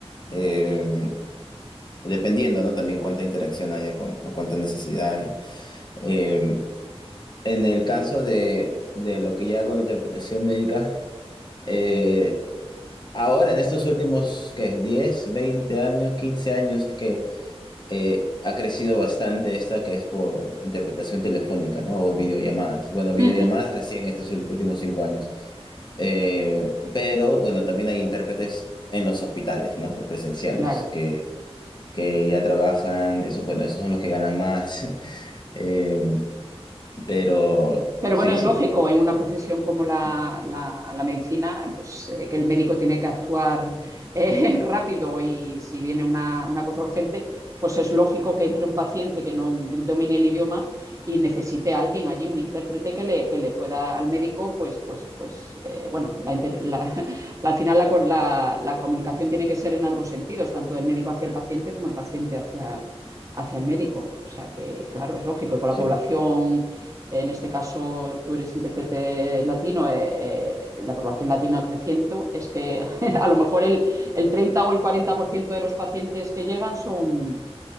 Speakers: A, on the left; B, on the right.
A: eh, dependiendo, ¿no? También cuánta interacción haya con, o cuánta necesidad haya. Eh, en el caso de, de lo que ya hago de interpretación médica, eh, ahora en estos últimos, ¿qué? 10 20 años, 15 años, es que eh, ha crecido bastante esta que es por interpretación telefónica, ¿no? O videollamadas. Bueno, videollamadas
B: ujú.
A: recién estos ul- últimos cinco años. Eh, pero bueno, también hay intérpretes en los hospitales, ¿no? Presenciales,
B: Claro.
A: que, que ya trabajan, eso, bueno, esos son los que ganan más. <laughs> Eh, pero
B: Pero
A: sí,
B: bueno, es
A: sí.
B: lógico en una profesión como la, la- la medicina, pues eh, que el médico tiene que actuar eh, <laughs> rápido y si viene una, una cosa urgente, pues es lógico que entre un paciente que no domine el idioma y necesite a alguien allí, un intérprete que le, que le pueda al médico, pues, pues, pues eh, bueno, la inter- la- <laughs> la- al final la, co- la- la comunicación tiene que ser en ambos sentidos, tanto del médico hacia el paciente como el paciente hacia, hacia el médico. O sea que, claro, es lógico. Y con la
A: Sí.
B: población en este caso, tú eres intérprete latino, eh, eh, la población latina creciendo, es que <laughs> a lo mejor el, el 30 o el 40% de los pacientes que llegan son,